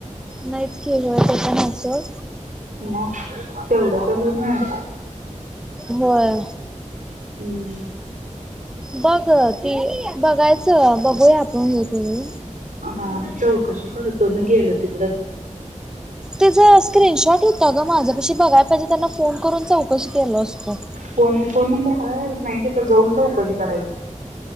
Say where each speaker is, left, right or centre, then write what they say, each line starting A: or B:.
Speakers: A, in the centre; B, on the right.
A: नाहीच की होय ते पण आहे. स.
B: मग तेवढं तर होत नाही.
A: होय.
B: हम्म.
A: बघ ते बघायचं बघ. हो. कळ कळं.
B: हा चौकशी करत तुमी गेलं तीकडं
A: तेझंस स्क्रीनशॉट होता गं माझं पशी बघाय पाहिेजे फोन करून चौकशी केलो असतो.
B: फोन फोन नंबर हाय मायती तर जाऊन चऊ कशी करायची.